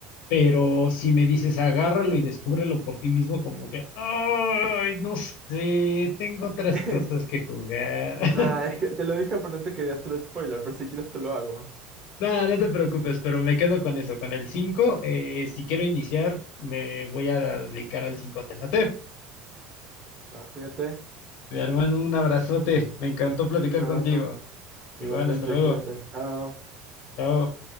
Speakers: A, on the left; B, on the right.
A: Pero si me dices, agárralo y descúbrelo por ti mismo, como que, ay, no sé, tengo otras
B: <laughs>
A: cosas que jugar. <laughs>
B: Nah, es que te lo dije, pero no te quería hacer spoiler, pero si quieres te lo hago.
A: No, no te preocupes, pero me quedo con eso, con el 5. Eh, si quiero iniciar, me voy a dedicar al 5. Te late.
B: Va, cuídate.
A: Mi hermano, un abrazote. Me encantó platicar
B: Un abrazo.
A: contigo. Igual,
B: Igualmente,
A: hasta luego.
B: cuídate. Chao.
A: Chao.